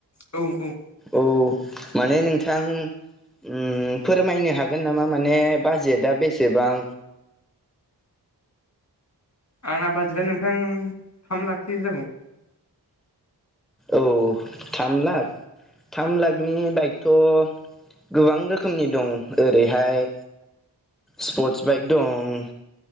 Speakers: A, on the left; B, in the centre.
A: औ औ।
B: औ माने नोंथां उम फोरमायनो हागोन नामा माने बाजेटआ बेसेबां?
A: आंना बाजेटआ नोंथां थाम लाखसो जागौ।
B: औ थाम लाख थाम लाखनि बाइकथ' गोबां रोखोमनि दं ओरैहाय स्पर्टस बाइक दं।